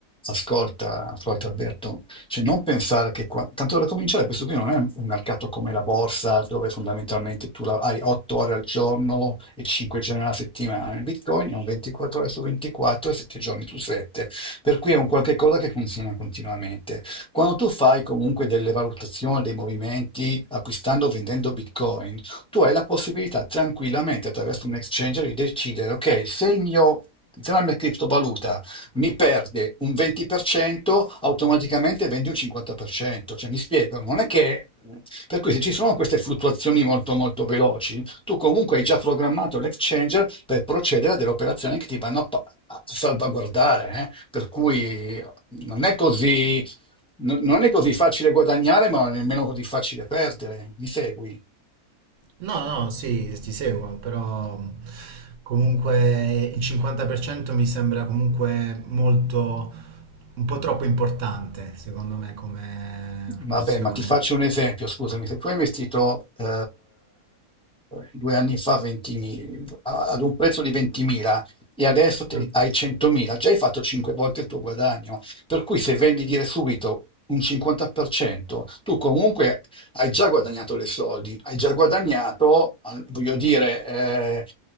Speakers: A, in the centre; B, on the right.
A: ascolta, Floyd Alberto, cioè non pensare che qua- tanto da cominciare questo qui non è un mercato come la borsa dove fondamentalmente tu la- hai 8 ore al giorno e 5 giorni alla settimana. Il Bitcoin è un 24 ore su 24 e 7 giorni su 7, per cui è un qualche cosa che funziona continuamente. Quando tu fai comunque delle valutazioni, dei movimenti acquistando o vendendo Bitcoin, tu hai la possibilità tranquillamente attraverso un exchanger di decidere, ok, se il mio se la mia criptovaluta mi perde un 20%, automaticamente vende un 50%. Cioè, mi spiego, non è che... Per cui se ci sono queste fluttuazioni molto molto veloci, tu comunque hai già programmato l'exchanger per procedere a delle operazioni che ti vanno a, pa- a salvaguardare. eh. Per cui non è così, non non è così facile guadagnare, ma nemmeno così facile perdere. Mi segui?
B: No, no, no, sì, ti seguo, però mh, comunque il 50% mi sembra comunque molto, un po' troppo importante, secondo me, come proporzione.
A: Vabbè, ma ti faccio un esempio, scusami, se tu hai investito eh, due anni fa 20 a- ad un prezzo di 20.000 e adesso te-
B: Mm,
A: hai 100.000, già hai fatto 5 volte il tuo guadagno, per cui se vendi dire subito un 50%, tu comunque hai già guadagnato dei soldi, hai già guadagnato, al- voglio dire, eh,